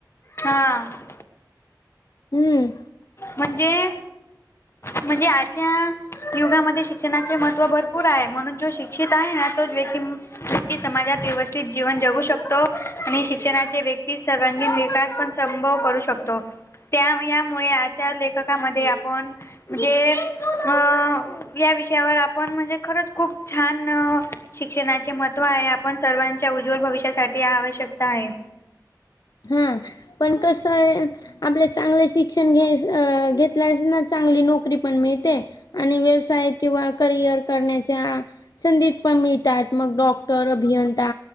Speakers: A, on the left; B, on the left.
A: हां.
B: हम्म.
A: म्हणजे म्हणजे आज्या युगामध्ये शिक्षणाचे महत्त्व भरपूर आहे म्हणून जो शिक्षित आहे ना तो व्यक्ती <inaudible> समाजात व्यवस्थित जीवन जगू शकतो आणि शिक्षणाचे व्यक्ती सर्वांगीण विकास पण संभव करू शकतो त्या यामुळे आजच्या लेखकामध्ये आपण. म्हणजे अं या विषयावर आपण म्हणजे खरंच खूप छान शिक्षणाचे महत्व आहे आपण सर्वांच्या उज्ज्वल भविष्यासाठी ह आवश्यकता आहे.
B: हा, पण कस आहे, आपले चांगले शिक्षण घ घेतल्या चांगली नोकरी पण मिळते आणि व्यवसाय किंवा करिअर करण्याच्या संधीत पण मिळतात, मग डॉक्टर, अभियंता,